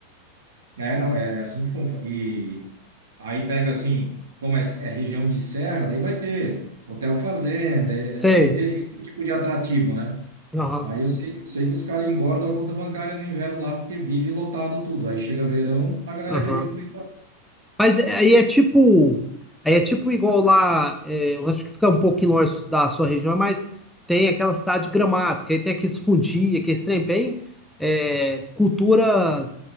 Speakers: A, on the right; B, in the centre.
A: É, não, é, é assim que funfa. E aí pega, assim, como é, é região de serra, daí vai ter hotel fazenda, é-
B: Sei.
A: é- é- esse tipo de atrativo, né?
B: Aham,
A: Aí eu sei, eu sei que os caras engordam a conta bancária no inverno lá porque vive lotado tudo. Aí chega verão, a galera
B: aham.
A: quer vir para o litoral.
B: Mas é, aí é tipo, aí é tipo igual lá, é, eu acho que fica um pouquinho longe da sua região, mas tem aquela cidade gramática, aí tem aqueles fundi, aqueles trem bem é, cultura